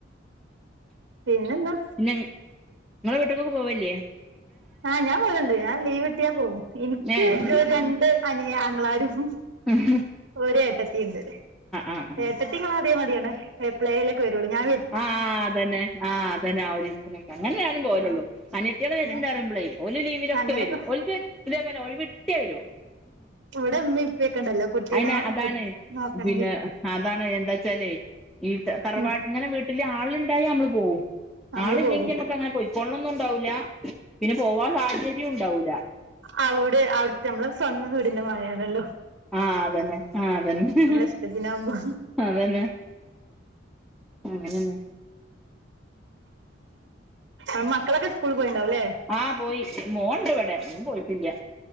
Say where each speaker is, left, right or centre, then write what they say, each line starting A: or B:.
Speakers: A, on the right; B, in the centre.
A: പിന്നെന്താ
B: ന്നെ നിങ്ങള് വീട്ട്ക്കൊക്കെ പോവലില്ല്യേ
A: ആഹ് ഞാ പോവ് ല്ണ്ട് ഞാൻ ലീവ്ട്ട്യാപോകും എനിക്ക്
B: ഏഹ്
A: ഒ‌രു രണ്ട് അനിയ ആങ്ങളാരും
B: ഉം
A: ഒരു ഏട്ടത്തിണ്ട്
B: ആഹ് ആഹ്
A: ഏട്ടത്തിങ്ങളതേ മതിരാണ് എപ്പളെലൊക്കെ വെരുള്ളൂ ഞാ
B: ആഹ് അതന്നെ ആഹ് അതന്നെ ആഹ് ഒരിസ്ത്തിനൊക്കെ അങ്ങന്നെ ഞാനും പോലൊള്ളൂ.
A: ആഹ്
B: അനിയത്തിയാള് വരീണ്ടറിമ്പളേ
A: ഞാൻ
B: ഓല് ലീവിലൊക്കെ
A: അങ്ങനെയൊക്കെ
B: വരും ഓൽക്കിതേപോലെ ഒയിവിട്ട്യാ വരും.
A: ഇവിടെമ്മിപ്യക്കണ്ടല്ലോ കുട്ടീനെ
B: അയിന് അതാണ്
A: നോക്കണെങ്കി
B: പിന്നെ അതാണ് ന്താച്ചാലേ ഈ തറവാ
A: ഉം
B: ങ്ങനെ വീട്ടിലാളുണ്ടായമ്മള് പോവും.
A: നമ്മള്
B: ആള്ല്ല്യങ്കി
A: പോകും
B: മ്മക്കങ്ങനെ പൊയിക്കൊൾ ണൊന്നുംണ്ടാവൂല പിന്നെ പോവാൻ സാഹചര്യംണ്ടാവൂല
A: അവ്ടെ അവിട്ത്തെ നമ്മള് സ്വന്തം വീടിന്റെ മാരാണെല്ലൊ?
B: ആഹ് അതെന്നെ ആഹ് അതന്നെ
A: ഇഷ്ടത്തിനാവുമ്പോ
B: അതന്നെ അങ്ങനെന്നെ
A: ഉം മക്കളൊക്കെ സ്കൂൾ പോയിണ്ടാവലേ
B: ആഹ് പോയി മോണ്ട് വടെ ഓൻപോയിറ്റില്ല്യ